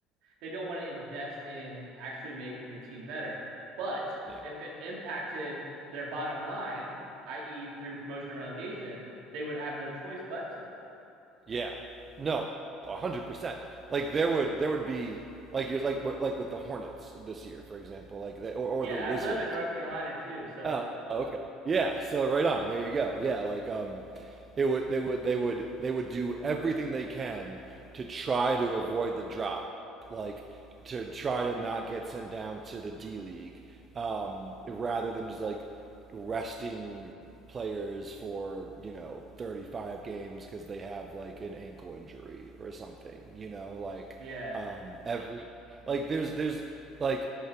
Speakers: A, on the right (about 75°); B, on the right (about 30°).
A: they don't want to invest in actually making the team better but
B: Yeah.
A: if it impacted their bottom line i.e. through promotion and relegation they would have no choice but to
B: Yeah. No, 100%. Like there would there would be like you're like like with the Hornets this year, for example, like that or, or
A: yeah
B: the Wizards
A: I live in North Carolina too so
B: Oh, okay. Yeah, so right on. There you go. Yeah, like um it would they would they would they would do everything they can to try to avoid the drop, like to try to not get sent down to the D League, um, rather than just like resting players for, you know, 35 games because they have like an ankle injury or something, you know, like
A: yeah
B: um every like there's there's like